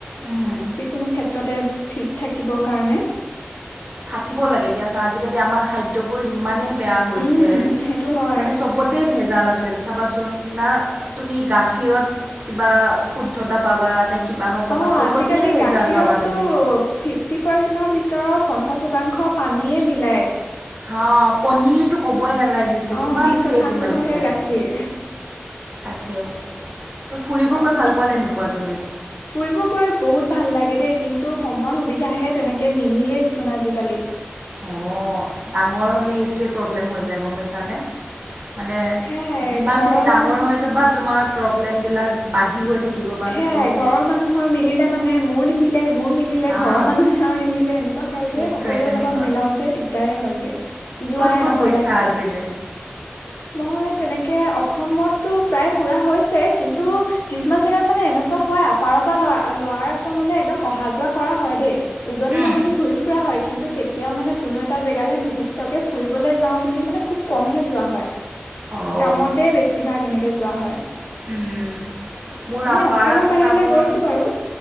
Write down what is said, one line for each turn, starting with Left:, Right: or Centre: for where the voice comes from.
Right: উমহু।
Left: যিকোনো ক্ষেত্ৰতে ফিট থাকিব কাৰণে
Right: থাকিব লাগে দিয়া আজিকালি আমাৰ খাদ্যবোৰ ইমানেই বেয়া হৈছে
Left: উম, সেইটো হয়
Right: মানে চবতে ভেজাল আছিল চাবাচোন না তুমি গাখীৰত কিবা শুদ্ধতা পাবা নে কিবাহত পাবা
Left: অ
Right: চবতেই
Left: আজিকালি
Right: ভেজাল
Left: গাখীৰতটো
Right: পাবা তুমি
Left: ফিফটি পাৰ্চেন্ট ভিতৰত ভিতৰত পঞ্চাছ শতাংশ পানীয়ে মিলায়
Right: হা পনিৰতটো কবই নালাগিছে
Left: অ
Right: কিমান
Left: বিশ
Right: ফেক
Left: শতাংশহে
Right: ওলাইছে।
Left: গাখীৰ
Right: তাকে ত' ফুৰিব
Left: আৰু
Right: গৈ ভাল পোৱা নে নোপোৱা তুমি?
Left: ফুৰিব গৈ বহুত ভাল লাগে দিয়ে দেই কিন্তু সময় সুবিধাহে তেনেকে নিমিলেইচোন আজিকালি
Right: অ ডাঙৰ হলে এইটোৱেই প্ৰব্লেম হৈ যায় গম পাইছানে মানে
Left: সেয়াই
Right: যিমান
Left: ঘৰৰ
Right: তুমি ডাঙৰ
Left: মানুহ
Right: হৈ যাবা তোমাৰ প্ৰব্লেমবিলাক বাঢ়ি গৈ থাকিব বা
Left: সেয়াই
Right: ছাপ'জ
Left: ঘৰৰ মানুহৰ মিলিলে মানে মোৰ নিমিলে মোৰ মিলিলে
Right: হা
Left: ঘৰৰ মানুহৰ নিমিলে এনেকুৱা হয়
Right: সেইটোৱে
Left: যে সকলোৰে
Right: তেনেকুৱা।
Left: লগত মিলাওতে দিগদাৰে হয়গে যোৱাই
Right: ক'ত ক'ত
Left: নহয়
Right: গৈছা
Left: লাষ্টত
Right: আজিলে?
Left: মই তেনেকে অসমতটো প্ৰায় ফুৰা হৈছে কিন্তু কিছুমান জেগাত মানে এনেকুৱা হয় আপাৰৰ পৰা ল'ৰা ল'ৰা আছে মলে একদম অহা যোৱা কৰা হয় দেই উজনি
Right: উম।
Left: নামনি ঘূৰি ফুৰা হয় কিন্তু কেতিয়াও মানে কোনো এটা জেগালে নিৰ্দিষ্টকে ফুৰিবলৈ যাওঁ বুলি মানে খুব কমহে যোৱা হয়
Right: অ'
Left: কামতে বেছি ভাগ কেনেকে যোৱা হয়
Right: উম মোৰ
Left: এনে
Right: আপাৰ
Left: অসমৰ
Right: আছামৰ
Left: বাহিৰলৈ গৈছো বাৰু।